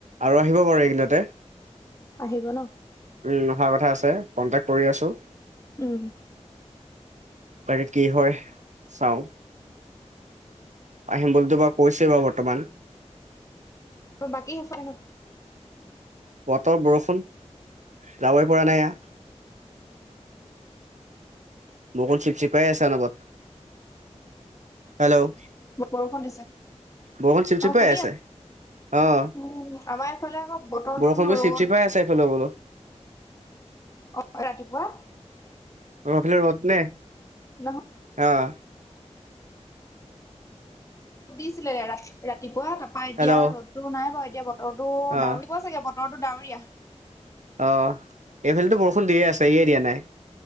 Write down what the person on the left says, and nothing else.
আহিব ন
উম।
বাকী সেইফালে নো?
বৰষুণ দিছে?
অ শুনি
আছো
উম আমাৰ এইফালে আকৌ বতৰটো
ৰ'দ
অ', ৰাতিপুৱা।
নহয়
দিছিলে ৰা ৰাতিপুৱা, তাৰপা এতিয়া
ৰ'দতো নাই বাৰু এতিয়া বতৰটো
ডাৱৰীয়া চাগে বতৰটো ডাৱৰীয়া।